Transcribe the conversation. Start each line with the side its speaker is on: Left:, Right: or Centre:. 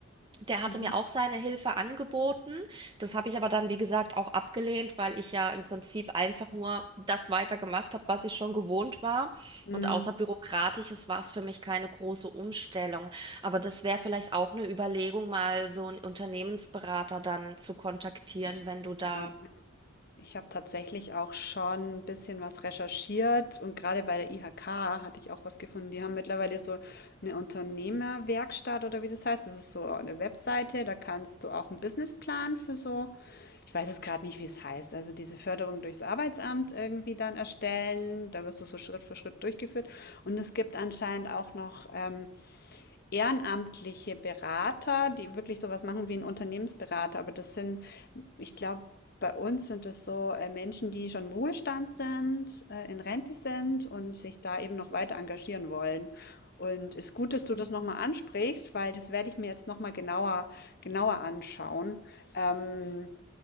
Right: Der hatte
Left: mhm,
Right: mir auch seine Hilfe angeboten. Das habe ich aber dann, wie gesagt, auch abgelehnt, weil ich ja im Prinzip einfach nur das weitergemacht habe, was ich schon gewohnt war.
Left: mhm.
Right: Und außer Bürokratisches war es für mich keine große Umstellung. Aber das wäre vielleicht auch eine Überlegung, mal so einen Unternehmensberater dann zu kontaktieren,
Left: Ich,
Right: wenn du da
Left: ja, ich habe tatsächlich auch schon ein bisschen was recherchiert und gerade bei der IHK hatte ich auch was gefunden. Die haben mittlerweile so eine Unternehmerwerkstatt oder wie das heißt. Das ist so eine Webseite, da kannst du auch einen Businessplan für so, ich weiß jetzt gerade nicht, wie es heißt, also diese Förderung durchs Arbeitsamt irgendwie dann erstellen. Da wirst du so Schritt für Schritt durchgeführt. Und es gibt anscheinend auch noch ähm, ehrenamtliche Berater, die wirklich sowas machen wie ein Unternehmensberater, aber das sind, ich glaube, bei uns sind es so äh, Menschen, die schon im Ruhestand sind, äh, in Rente sind und sich da eben noch weiter engagieren wollen. Und es ist gut, dass du das nochmal ansprichst, weil das werde ich mir jetzt nochmal genauer, genauer anschauen, ähm,